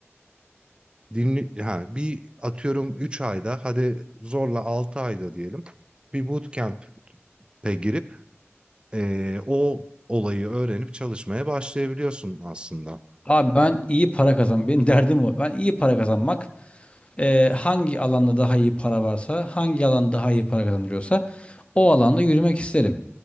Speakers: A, on the right (about 20°); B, on the left (about 25°).
A: dinli ha bir atıyorum 3 ayda hadi zorla altı ayda diyelim bir bootcamp'e girip eee, o olayı öğrenip çalışmaya başlayabiliyorsun aslında.
B: Abi ben iyi para kazan. Benim derdim o. Ben iyi para kazanmak. e, hangi alanda daha iyi para varsa, hangi alan daha iyi para kazandırıyorsa o alanda yürümek isterim.